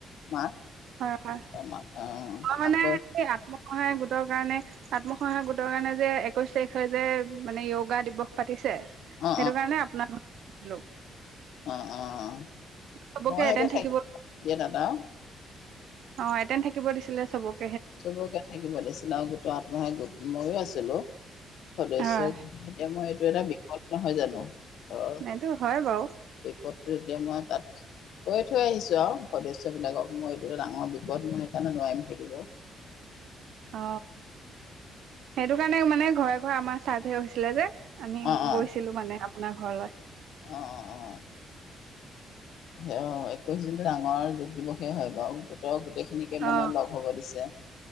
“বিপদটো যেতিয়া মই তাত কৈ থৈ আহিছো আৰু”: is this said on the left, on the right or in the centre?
Left